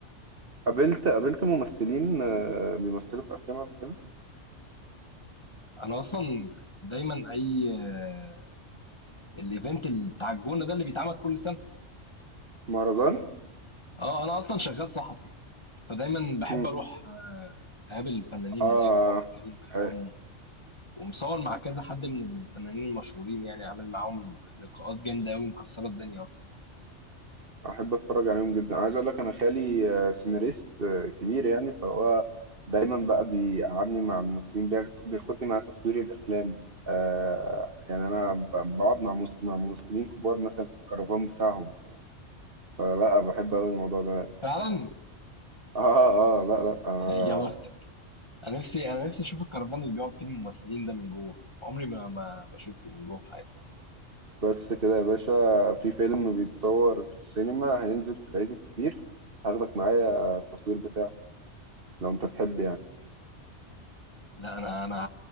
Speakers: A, on the right; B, on the left.
A: قابلت قابلت ممثلين آه، بيمثلوا في افلام قبل كده
B: أنا أصلًا دايمًا أي آه، الevent ال بتاع الجونة ده اللي بيتعمل كل سنة،
A: مهرجان
B: آه، أنا أصلًا شغّال صحفي، فدايمًا باحب
A: امم
B: أروح آه، أقابل الفنانين
A: اه
B: هناك وأقعد أتكلّم معاهم
A: أيوة.
B: ومصور مع كذا حد من الفنانين المشهورين يعني عامل معاهم لقاءات جامدة أوي مكسرة الدنيا أصلا
A: احب اتفرج عليهم جدا عايز اقول لك انا خالي آه، سيناريست آه، كبير يعني فهو دايما بقى بيقعدني مع الممثلين بياخد- بياخدني مع تصوير الافلام آه يعني انا ب- بقعد مع مس- مع ممثلين كبار مثلا في الكرفان بتاعهم فلا بحب قوي الموضوع ده
B: فعلا
A: <laughs> اه اه لا لا آه
B: <laughs> يا بختك أنا نفسي أنا نفسي أشوف الكرفان اللي بيقعد فيه الممثلين ده من جوه عمري ما ما ما شفته من جوه في حياتي
A: بس كده يا باشا في فيلم بيتصور في السينما هينزل في العيد الكبير هاخدك معايا آه، التصوير بتاعه لو انت تحب يعني
B: لا أنا أنا